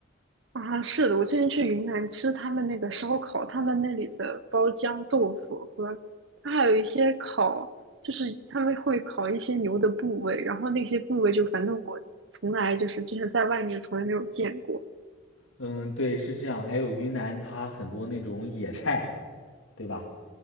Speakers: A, on the right (about 65°); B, on the left (about 85°).
A: 啊。是的，我之前去云南吃他们那个烧烤，他们那里的包浆豆腐和它还有一些烤，就是他们会烤一些牛的部位，然后那些部位就反正我从来就是之前在外面从来没有见过。
B: 嗯，对，是这样。还有云南，它很多那种野菜，对吧？